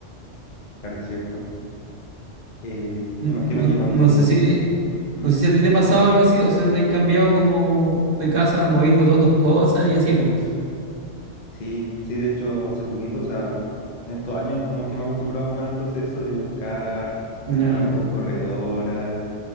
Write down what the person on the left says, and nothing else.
claro, es cierto. Eh,
me imagino que cuando...
¿Mm?
Sí, sí, de hecho hace poquito, o sea, en estos años como que me he acostumbrado más o menos al proceso de buscar,
hablar con corredoras,